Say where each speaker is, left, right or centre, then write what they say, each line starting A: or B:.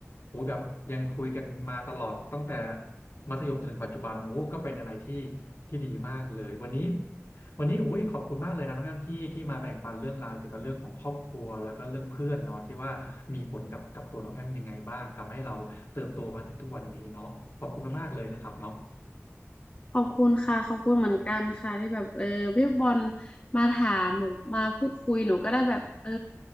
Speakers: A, on the left; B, on the left.
A: โอ้แบบยังคุยกันมาตลอดตั้งแต่มัธยมจนถึงปัจจุบันโอ้ก็เป็นอะไรที่ที่ดีมากเลยวันนี้วันนี้โอ้ยขอบคุณมากเลยนะน้องแอมที่ที่มาแบ่งปันเรื่องราวเกี่ยวกับเรื่องของครอบครัวแล้วก็เรื่องเพื่อนเนาะที่ว่ามีผลกับกับตัวน้องแอมยังไงบ้างทำให้เราเติบโตมาถึงทุกวันนี้เนาะขอบคุณมากๆเลยนะครับเนาะ
B: ขอบคุณค่ะขอบคุณเหมือนกันค่ะที่แบบเออพี่บอลมาถามแบบมาพูดคุยหนูก็ได้แบบเออ